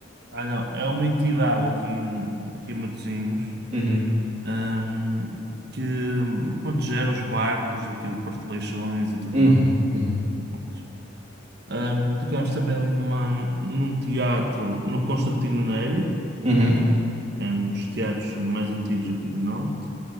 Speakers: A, on the right (about 55°); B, on the right (about 35°).
A: Ah, não, é uma entidade aqui em, aqui em Matosinhos,
B: Uhum,
A: ahm, que pronto, gera os barcos aqui do Porto de Leixões e tudo
B: uhum,
A: mais.
B: uhum,
A: Pronto. Ahm, tocámos também ali numa, num teatro, no Constantino Neri,
B: uhum,
A: que é um dos teatros mais antigos aqui do Norte.